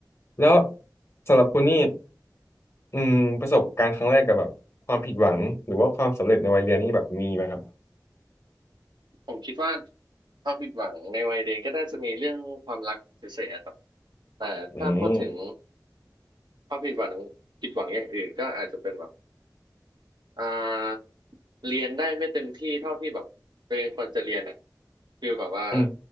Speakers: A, on the left; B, on the right.
A: แล้วสำหรับคุณนี่อืมประสบการณ์ครั้งแรกกับแบบความผิดหวังหรือว่าความสำเร็จในวัยเรียนนี่แบบมีไหมครับ
B: ผมคิดว่าความผิดหวังในวัยเด็กก็น่าจะมีเรื่องความรักเฉยๆอะครับแต่ถ้าพูดถึง
A: อืม
B: ความผิดหวังผิดหวังอย่างอื่นก็อาจจะเป็นแบบ อ่าเรียนได้ไม่เต็มที่เท่าที่แบบตัวเองควรจะเรียนอ่ะคือแบบว่า
A: อืม